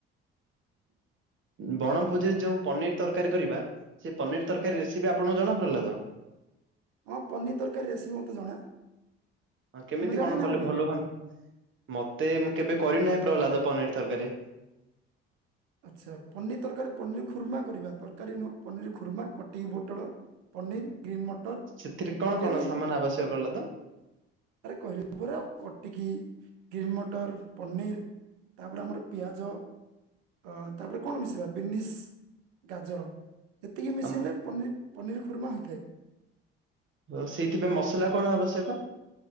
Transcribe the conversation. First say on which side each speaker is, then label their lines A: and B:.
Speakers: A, on the right; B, on the right.
A: ବଣଭୋଜିରେ ଯୋଉ ପନିର ତରକାରୀ କରିବା ସେ ପନିର ତରକାରୀ ରେସିପି ଆପଣଙ୍କୁ ଜଣା? ପ୍ରହଲ୍ଲାଦ।
B: ହ ପନିର ତରକାରୀ ରେସିପି ମତେ ଜଣା।
A: ହଁ କେମିତି
B: ତୁମେ ଜାଣିନାହଁ
A: କଣ କଲେ
B: କି
A: ଭଲ ହୁଅନ୍ତା ମତେ ମୁଁ କେବେ କରିନ ନା ପ୍ରହ୍ଲାଦ ପନିର ତରକାରୀ।
B: ଆଚ୍ଛା ପନିର ତରକାରୀ ପନିର ଖୁର୍ମା କରିବା ତରକାରୀ ନ ପନିର ଖୁର୍ମା କଟିକି ବ ପଟଳ ପନିର୍ ଗ୍ରୀନ୍ ମଟର
A: ସେଥିରେ କଣ
B: ଇତ୍ୟାଦି।
A: କଣ ସାମାନ ଆବଶ୍ୟକ ପ୍ରହ୍ଲାଦ?
B: ଆରେ କହିଲି ପୁରା କଟିକି। ଗ୍ରେନ୍ ମଟର ପନିର ତାପରେ ଆମର ପିଆଜ ଅ ତାପରେ କଣ ମିଶ ବିନିସ ଗାଜର ଯେତିକି ମିଶେଇଲେ
A: ଆମ
B: ପନିର୍ ଖୁର୍ମା ହୋଇଥାଏ।
A: ହଉ ସେଇଥିପାଇଁ ମସଲା କଣ ଆବଶ୍ୟକ?